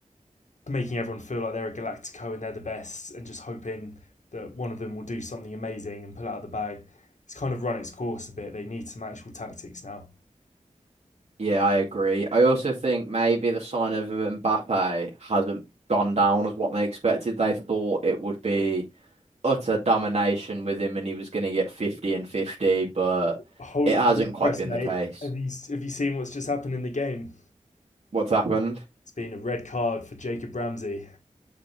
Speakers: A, on the left; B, on the right.
A: making everyone feel like they're a Galactico and they're the best, and just hoping that one of them will do something amazing and pull out of the bag. It's kind of run its course a bit. They need some actual tactics now.
B: Yeah, I agree. I also think maybe the sign of Mbappe hasn't gone down as what they expected. They thought it would be utter domination with him and he was going to get 50 and 50, but
A: Hold,
B: it hasn't
A: hold the
B: quite
A: press,
B: been
A: mate.
B: the case.
A: Have you have you seen what's just happened in the game?
B: What's happened?
A: It's been a red card for Jacob Ramsey.